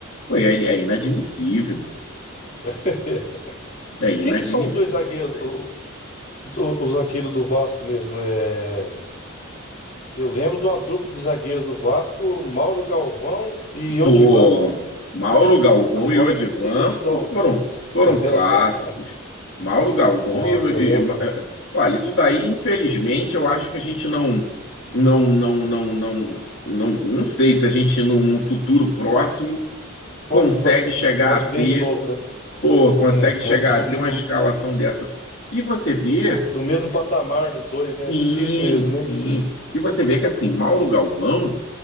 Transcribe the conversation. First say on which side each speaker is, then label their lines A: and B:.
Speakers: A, on the left (about 60°); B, on the left (about 35°).
A: pô, é, é inadmissível.
B: <laughs>
A: É inadmissível.
B: Quem que são os dois zagueiros, o- do- os zagueiros do Vasco mesmo? É, eu lembro de uma dupla de zagueiros do Vasco, Mauro Galvão e
A: Pô,
B: Odivan.
A: Mauro Galvão
B: Agora
A: e Odivan
B: eu nem sei qual que são.
A: foram, foram
B: <laughs>
A: clássicos. Mauro Galvão
B: Nossa,
A: e, o- e-
B: eu lembro do.
A: eh, olha, isso daí, infelizmente, eu acho que a gente não, não, não, não, não, não, não sei se a gente num, num futuro próximo
B: Pode,
A: consegue
B: pode,
A: chegar
B: pode
A: a ter,
B: ver de novo, né?
A: pô, consegue
B: Uns-
A: chegar
B: um- do, do-
A: a ter uma escalação dessa. E você vê,
B: do mesmo patamar dos dois, né?
A: sim,
B: É Difícil mesmo,
A: sim.
B: né?
A: E você vê que assim, Mauro Galvão,